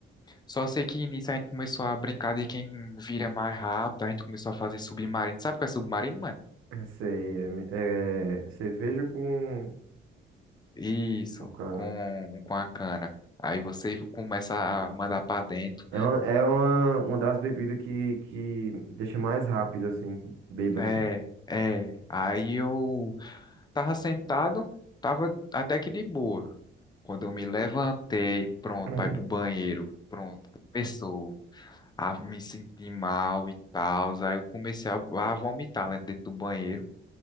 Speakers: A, on the left; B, on the right.
A: Só sei que nisso a gente começou a brincar de quem vira mais rápido, a gente começou a fazer submarino. Sabe o que é submarino, mano?
B: É, Sei, é, mi- é cerveja com,
A: Isso,
B: com cana.
A: com, com a cana. Aí você começa a mandar pra dentro.
B: É uma, é uma, uma das bebidas que, que deixa mais rápido, assim, bêbado.
A: É, é. Aí eu tava sentado, tava até que de boa. Quando eu me levantei, pronto,
B: <clears throat>
A: pra ir pro banheiro, pronto, começou a me sentir mal e tal. Aí eu comecei a, a vomitar lá dentro do banheiro.